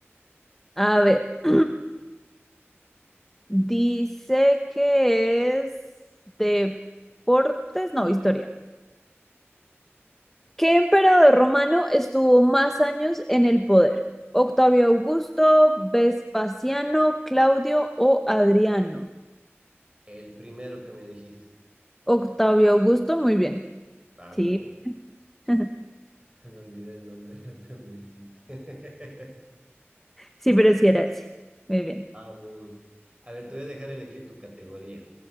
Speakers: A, in the centre; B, on the right.
A: a ver. <clears throat> Dice que es deportes, no, historia. ¿Qué emperador romano estuvo más años en el poder? Octavio Augusto, Vespasiano, Claudio o Adriano.
B: El primero que me dijiste.
A: Octavio Augusto, muy bien.
B: Vamos,
A: Sí, <laughs>
B: <laughs> me olvidé el nombre <laughs> que me dijiste. <laughs>
A: sí, pero sí era ese. Muy bien.
B: Vamos. A ver, te voy a dejar elegir tu categoría.